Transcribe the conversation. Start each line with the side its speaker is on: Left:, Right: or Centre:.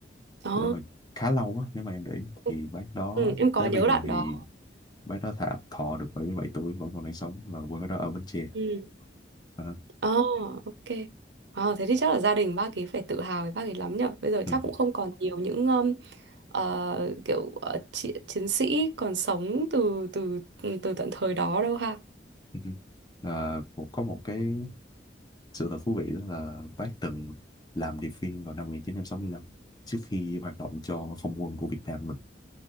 Right: ờ
Left: để mà khá lâu á nếu mà em để ý
Right: ừ,
Left: thì bác đó
Right: ừ, em có
Left: tới
Right: nhớ
Left: bây giờ
Right: đoạn
Left: thì
Right: đó
Left: bác đó thả thọ được bảy mươi bảy tuổi vẫn còn đang sống và quê bác đó ở Bến Tre
Right: ừ
Left: À, <laughs>
Right: ờ ok Ờ, thế thì chắc là gia đình bác ấy phải tự hào với bác ấy lắm nhở bây giờ
Left: ừ,
Right: chắc cũng không còn nhiều những um, ờ, kiểu ờ, chi- chiến sĩ còn sống từ từ ừ, từ tận thời đó đâu ha
Left: ừ, ừ. À, một- có một cái Sự thật thú vị đó là bác từng làm điệp viên vào năm 1965 trước khi hoạt động cho không quân của Việt Nam mình.